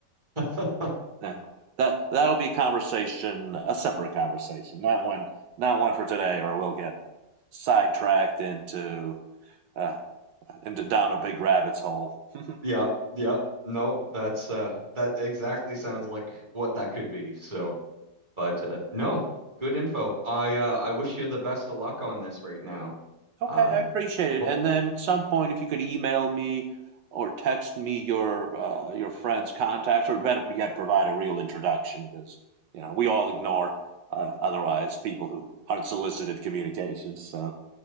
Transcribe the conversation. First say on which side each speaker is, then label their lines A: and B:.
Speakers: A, on the right; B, on the right.
A: <laughs>
B: Yeah. That that'll be a conversation, a separate conversation, not one, not one for today, or we'll get sidetracked into uh, into down a big rabbit's hole. <laughs> okay,
A: yeah. Yeah. No, that's uh that exactly sounds like what that could be. So, but uh no, good info. I uh I wish you the best of luck on this right now.
B: I
A: Um,
B: appreciate it.
A: ho-
B: And then at some point, if you could email me or text me your uh, your friend's contacts, or better yet, provide a real introduction, because you know we all ignore uh, otherwise people who aren't solicited communications. So.